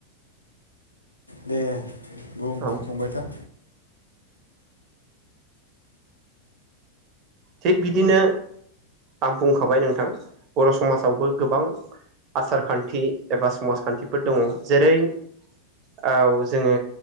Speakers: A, on the left; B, on the right.
A: दे बुं
B: औ
A: बुंबाय था
B: थिग बिदिनो आं बुंखाबाय नोंथां बर' समाजावबो गोबां आसार खान्थि एबा समाजखान्थिफोर दङ जेरै- औ जोङो